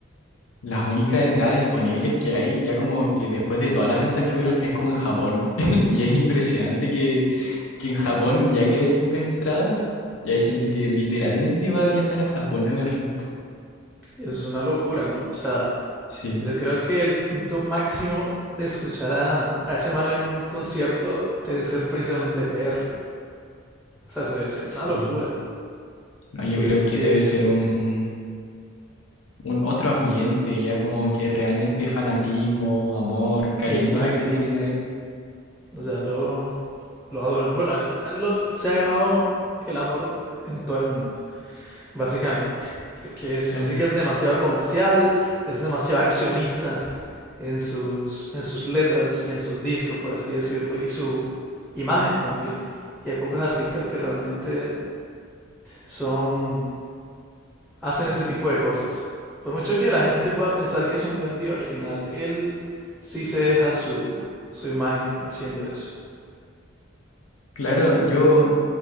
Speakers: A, on the left; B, in the centre.
A: las únicas entradas disponibles que hay, ya como que después de todas las ventas que hubieron, es como en Japón. <laughs> Y es impresionante que, que en Japón ya queden pocas entradas y hay gente que literalmente va a viajar a Japón a verlo.
B: Y eso es una locura, ¿no? O sea,
A: Sí.
B: Yo creo que el punto máximo de escuchar a, a ese man en un concierto debe ser precisamente PR. O sea, eso debe ser
A: Sí,
B: una locura.
A: no, yo
B: Porque,
A: creo que debe ser un, un otro ambiente, ya como que realmente fanatismo, amor, cariño
B: y exacto,
A: que le tienen a él.
B: o sea, lo, lo adoran. Bueno, a él- a él lo- se ha ganado el amor en todo el mundo, básicamente. Porque su
A: Claro,
B: música es demasiado comercial, es demasiado accionista en sus, en sus letras y en sus discos, por así decirlo, y su imagen también. Y hay pocos artistas que realmente son, hacen ese tipo de cosas. Por mucho que la gente pueda pensar que es un vendido, al final él sí se deja su, su imagen haciendo eso.
A: claro, yo